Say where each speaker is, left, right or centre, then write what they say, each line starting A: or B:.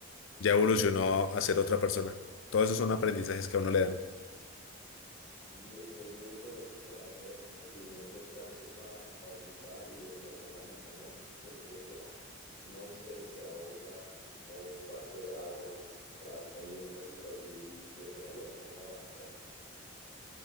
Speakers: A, on the left; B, on the left.
A: ya evolucionó a ser otra persona. Todos esos son aprendizajes que a uno le dan.
B: Sí, es que yo digo lo mismo, la demora es como que uno encuentra algo para ocupar y despejar la mente, ¿no? Porque es que, uno se, se ahoga en el mismo vaso de agua, uno se enfrasca y en esa situación y, y eso no lo deja uno avanzar.